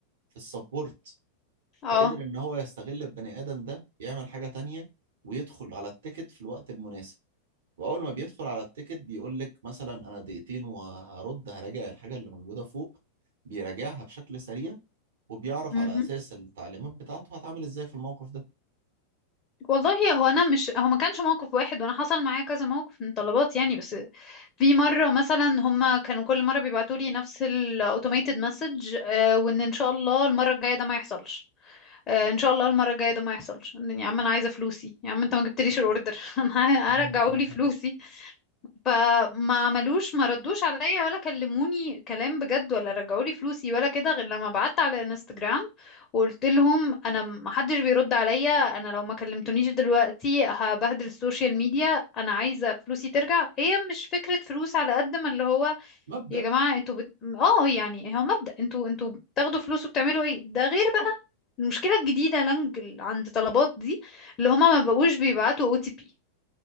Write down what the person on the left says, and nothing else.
اه
مهم.
والله هو انا مش هو ما كانش موقف واحد وانا حصل معايا كذا موقف من طلبات يعني بس في مره مثلا هما كانوا كل مره بيبعتوا لي نفس الاوتوميتد مسج وان ان شاء الله المره الجايه ده ما يحصلش آه، ان شاء الله المره الجايه ده ما يحصلش يا عم انا عايزه فلوسي يا عم انت ما جبتليش الاوردر <laughs> انا
هرجعوا لي فلوسي فما عملوش ما ردوش عليا ولا كلموني كلام بجد ولا رجعوا لي فلوسي ولا كده غير لما بعت على انستجرام وقلت لهم انا ما حدش بيرد عليا انا لو ما كلمتونيش دلوقتي هبهدل السوشيال ميديا انا عايزه فلوسي ترجع هي مش فكره فلوس على قد ما اللي هو
يا جماعه انتوا بت... اه يعني هو مبدأ انتوا انتوا بتاخدوا فلوس وبتعملوا ايه ده غير بقى المشكله الجديده لانج ال- عند طلبات دي اللي هما ما بقوش بيبعتوا او تي بي